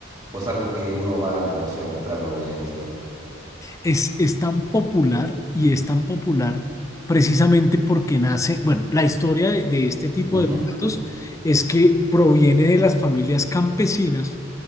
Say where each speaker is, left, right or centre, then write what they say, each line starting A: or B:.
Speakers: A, on the right (about 20°); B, on the left (about 15°).
A: o es algo que uno va al negocio a comprarlo y ya listo.
B: Es, es tan popular y es tan popular precisamente porque nace, bueno, la historia de, de este tipo
A: Ujú,
B: de platos es que proviene de las familias campesinas